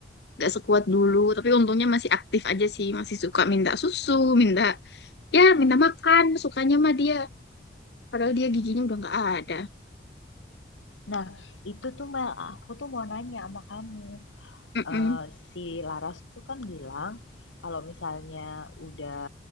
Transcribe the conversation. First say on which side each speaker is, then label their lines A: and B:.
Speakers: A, on the left; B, on the left.
A: gak sekuat dulu. Tapi untungnya masih aktif aja sih. Masih suka minta susu, minta ya minta makan. Sukanya mah dia. Padahal dia giginya udah gak ada.
B: Nah, itu tuh Mel, aku tuh mau nanya sama kamu.
A: Mm-mm.
B: Eee, si Laras tuh kan bilang, kalau misalnya udah